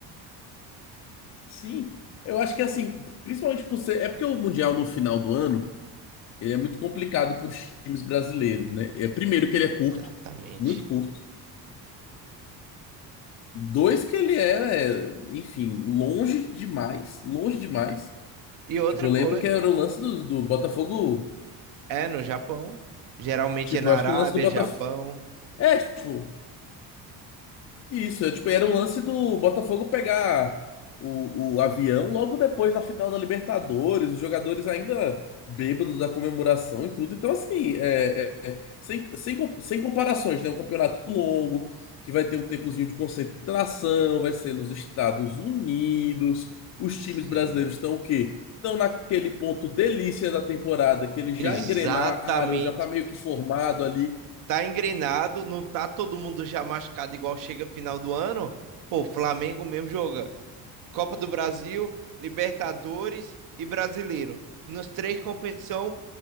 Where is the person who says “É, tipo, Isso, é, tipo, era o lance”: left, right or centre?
Left